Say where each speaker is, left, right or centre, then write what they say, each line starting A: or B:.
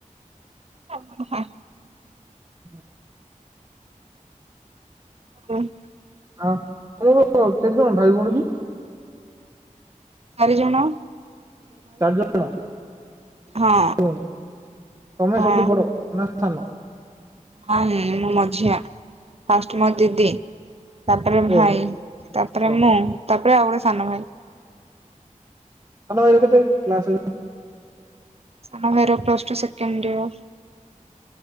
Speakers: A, on the right; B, on the right.
A: ହ ହଁ <inaudible>
B: ହଁ <inaudible>
A: ହୁଁ <inaudible>
B: ଆଉ ତମର କେତେ ଜଣ ଭାଇ ଭଉଣୀ କି?
A: ଚାରି ଜଣ।
B: ଚାରି ଜଣ
A: ହଁ
B: ତମେ
A: ହଁ।
B: ସବୁଠୁ ବଡ ନା ସାନ?
A: ନାଇଁ ନାଇଁ ମୁଁ ମଝିଆ ଫାଷ୍ଟ ମୋ ଦିଦି ତାପରେ ଭାଇ
B: ଓହୋ
A: ତାପରେ
B: ଓହୋ
A: ମୁଁ ତାପରେ ଆଉ ଗୋଟେ ସାନ ଭାଇ।
B: <inaudible> <unintelligible>
A: ସାନ ଭାଇ ର ପ୍ଲସ ଟୁ ସେକେଣ୍ଡ ଇଅର।